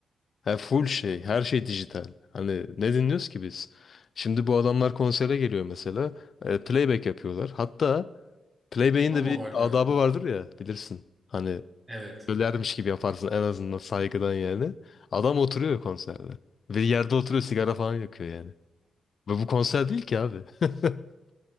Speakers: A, on the left (about 50°); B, on the right (about 20°).
A: Ha, full
B: Hani
A: şey
B: Yok
A: her şey dijital. Hani ne dinliyoruz ki biz? Şimdi bu adamlar konsere geliyor mesela. E, playback yapıyorlar. Hatta playback'in
B: ama
A: de bir
B: o vardı.
A: adabı
B: aklımda.
A: vardır ya bilirsin. Hani
B: Evet.
A: Ölermiş gibi yaparsın en azından saygıdan yani. Adam oturuyor konserde. Ve yerde oturuyor sigara falan yakıyor yani. Ve bu konser değil ki abi. <laughs>